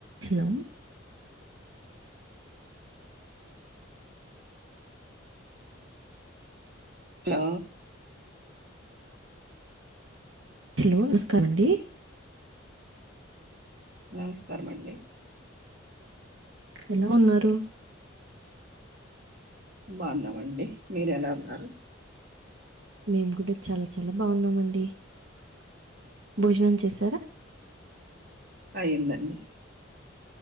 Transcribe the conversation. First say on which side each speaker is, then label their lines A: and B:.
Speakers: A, on the right; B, on the right.
A: Hello
B: hello
A: hello నమస్కారం అండి
B: నమస్కారమండి
A: ఎలా ఉన్నారు
B: బాగున్నామండి మీరు ఎలా ఉన్నారు
A: మేము కూడా చాలా చాలా బాగున్నామండి భోజనం చేసి
B: అయ్యిందండి